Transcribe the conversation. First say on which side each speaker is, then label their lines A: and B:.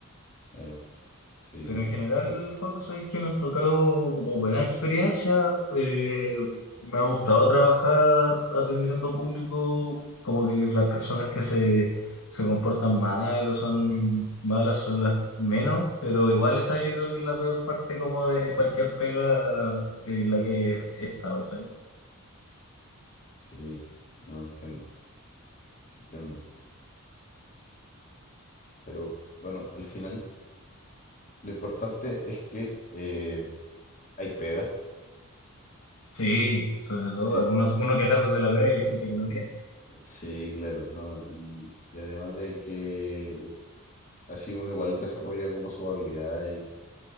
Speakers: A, on the left; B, on the left.
A: Claro, sí,
B: Pero en general,
A: pero
B: Juan, sabéis que me han tocado como buena experiencia. eh, me ha gustado trabajar atendiendo público, como que las personas que se, se comportan mal o son malas son las menos, pero igual esa yo creo que es la peor parte como de cualquier pega en la que he estado, ¿sabí?
A: sí, no entiendo, entiendo. Pero bueno, al final lo importante es que eh, hay pega.
B: Sí, sobre todo,
A: Sí,
B: algunos, uno quejándose de la pega y hay gente que no tiene.
A: sí, claro, ¿no? Y, y además de que así uno igual desarrolla como su habilidad y,